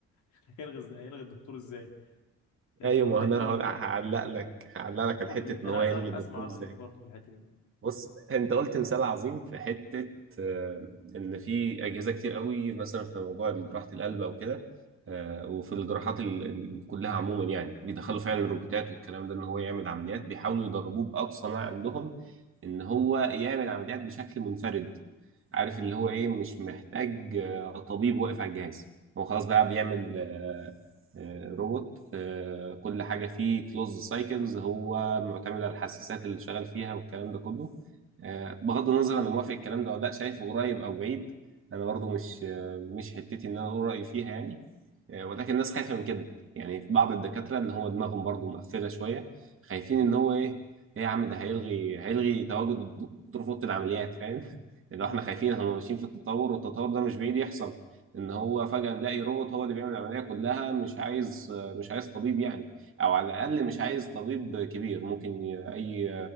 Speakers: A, on the left; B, on the right.
A: <laughs> هيلغي ازاي هيلغي الدكتور ازاي اه،
B: ايوه
A: وتلاقي
B: ما انا هقول- هعلق
A: اه،
B: لك هعلق لك على
A: قول
B: حته
A: لي
B: ان
A: انا
B: هو
A: عايز
B: يلغي
A: اسمع
B: الدكتور
A: رايك
B: ازاي
A: برضه في الحته دي
B: بص انت قلت مثال عظيم في حته آه، ان في اجهزه كتير قوي مثلا في موضوع جراحه القلب او كده آه، وفي الجراحات ال- ال- كلها عموما يعني بيدخلوا فعلا الروبوتات والكلام ده ان هو يعمل عمليات بيحاولوا يدربوه باقصى ما عندهم ان هو يعمل عمليات بشكل منفرد عارف اللي هو ايه مش محتاج آه، طبيب واقف على الجهاز هو خلاص بقى بيعمل آه، آه، روبوت آه، كل حاجة فيه كلوز سايكلز هو معتمد على الحساسات اللي شغال فيها والكلام ده كله آه، بغض النظر انا موافق الكلام ده ولا لا شايفه قريب او بعيد انا برضو مش آه، مش حتتي ان انا اقول رأيي فيها يعني آه، ولكن الناس خايفه من كده يعني في بعض الدكاتره اللي هو دماغهم برضو مقفله شويه خايفين ان هو ايه ايه يا عم ده هيلغي هيلغي تواجد الدكتور في اوضه العمليات فاهم <laughs> اللي
A: اه
B: هو احنا خايفين هم ماشيين في التطور والتطور ده مش بعيد يحصل ان هو فجاه نلاقي روبوت هو اللي بيعمل العمليه كلها مش عايز مش عايز طبيب يعني او على الاقل مش عايز طبيب كبير ممكن ي- اي